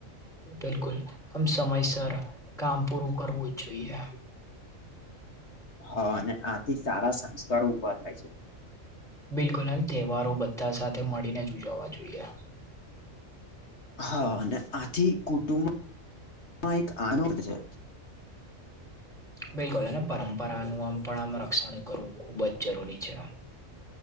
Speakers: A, in the centre; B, on the left.
A: બિલકુલ, આમ સમયસર કામ પૂરું કરવું જ જોઈએ.
B: હા, અને આથી સારા સંસ્કારો ઉભા થાય છે.
A: બિલકુલ ને, તહેવારો બધા સાથે મળીને જ ઉજવવા જોઈએ.
B: હા, અને આથી કુટુંબ માં એક આના હોય છે.
A: બિલકુલ, અને પરંપરાનું આમ પણ આમ રક્ષણ કરવું ખુબ જ જરૂરી છે.